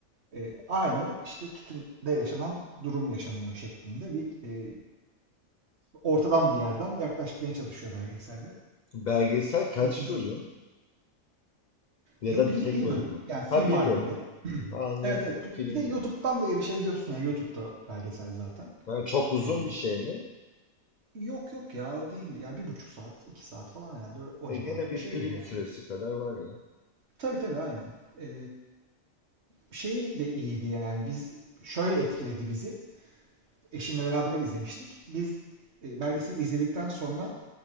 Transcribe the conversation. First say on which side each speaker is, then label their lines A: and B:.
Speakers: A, on the right; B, on the left.
A: E, aynı işte tütünde yaşanan durum yaşanıyor şeklinde bir e, e, ortadan bir yerden yaklaşmaya çalışıyor belgeselde.
B: Belgesel kaç
A: Ama iz-
B: bölüm? Ya
A: Yok
B: da
A: bir,
B: tek
A: bir
B: bölüm
A: bölüm
B: mü?
A: yani film
B: Ha bir
A: halinde.
B: bölüm.
A: <clears throat>
B: Anladım.
A: Evet evet bu,
B: Film
A: bir de YouTube'dan
B: gibi.
A: da erişebiliyorsun yani YouTube'da belgesel zaten.
B: Ha, çok uzun
A: E,
B: bir şey mi?
A: yok yok ya değil ya bir buçuk saat iki saat falan herhalde o o
B: E
A: civarda
B: gene bir
A: bir şeydir
B: film
A: yani.
B: süresi kadar var ya.
A: Tabii tabii aynen. E, şey de iyiydi yani biz şöyle etkiledi bizi. Eşimle beraber izlemiştik. Biz e, belgeseli izledikten sonra